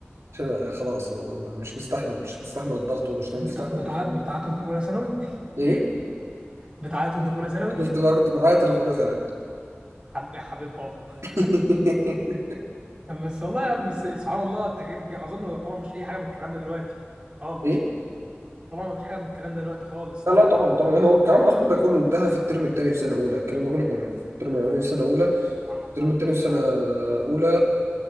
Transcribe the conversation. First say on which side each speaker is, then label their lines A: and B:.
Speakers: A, on the right (about 85°); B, on the right (about 20°).
A: عشان خلاص أنا م- مش مستحمل مش مستحمل الضغط ومش مستحمل
B: بتع... بتع...
A: الكلام
B: بتعيط
A: ده.
B: وانت في اولى ثانوي
A: ايه
B: بتعيط وانت في اولى ثانوي
A: شفت بقى كنت معايا تليفون سنة
B: حبيب حبيب بابا
A: <laughs>
B: <laughs> بس والله يا عم بس سبحان الله التغيير الج... اظن طبعا مفيش اي حاجه من الكلام ده دلوقتي خالص
A: ايه
B: طبعا مفيش حاجه من الكلام ده دلوقتي خالص طبعا
A: لا لا طبعا طبعا هو الكلام اصلا ده كله انتهى في الترم الثاني في سنه اولى الكلام ده كله كان في الترم الاولاني في سنه اولى
B: سبحان الله
A: الترم الثاني
B: سبحان
A: في سنه
B: الله
A: اولى